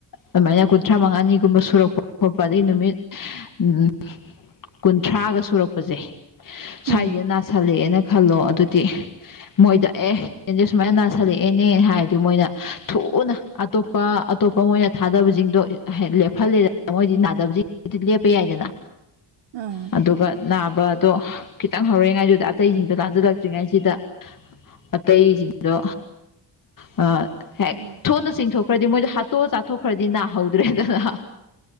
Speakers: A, on the left; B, on the right.
A: ꯑꯗꯨꯃꯥꯏꯅ ꯀꯨꯟꯊ꯭ꯔꯥ ꯃꯉꯥꯅꯤꯒꯨꯝꯕ ꯁꯨꯔꯛꯄ ꯈꯣꯠꯄ ꯑꯗꯒꯤ ꯅꯨꯃꯤꯠ ꯎꯝ ꯀꯨꯟꯊ꯭ꯔꯥꯒ ꯁꯨꯔꯛꯄꯖꯦ ꯁ꯭ꯋꯥꯏꯖꯤꯗ
B: ꯎꯝ
A: ꯅꯥꯁꯜꯂꯛꯑꯦꯅ ꯈꯜꯂꯣ ꯑꯗꯨꯗꯤ ꯃꯣꯏꯗ ꯑꯦ ꯌꯦꯟꯖꯦ ꯁꯨꯃꯥꯏꯅ ꯅꯥꯁꯤꯜꯂꯛꯑꯦꯅꯦ ꯍꯥꯏꯔꯗꯤ ꯃꯣꯏꯅ ꯊꯨꯅ ꯑꯇꯣꯞꯄ ꯑꯇꯣꯞꯄ ꯃꯣꯏꯅ ꯊꯥꯗꯕꯖꯤꯡꯗꯣ ꯑꯍꯦ ꯂꯦꯞꯍꯜꯂꯦꯗꯅ ꯃꯣꯏꯗꯤ ꯅꯥꯗꯕꯖꯤꯡ ꯗꯨꯗꯤ ꯂꯦꯞꯄ ꯌꯥꯏꯗꯅ
B: ꯑ
A: ꯑꯗꯨꯒ ꯅꯥꯕꯗꯣ ꯈꯤꯇꯪ ꯍꯧꯔꯛꯏꯉꯥꯢꯗꯨꯗ ꯑꯇꯩꯖꯤꯡꯗꯨꯗ ꯂꯥꯟꯖꯜꯂꯛꯇ꯭ꯔꯤꯉꯥꯢꯁꯤꯗ ꯑꯇꯩꯖꯤꯡꯗꯣ ꯑ ꯍꯦꯛ
B: ꯎꯝ
A: ꯊꯨꯅ ꯆꯤꯡꯊꯣꯛ ꯈꯔꯗꯤ ꯃꯣꯏꯗꯣ ꯍꯥꯠꯇꯣꯛꯑ ꯆꯥꯊꯣꯛꯈ꯭ꯔꯗꯤ ꯅꯥꯍꯧꯗ꯭ꯔꯦꯗꯅ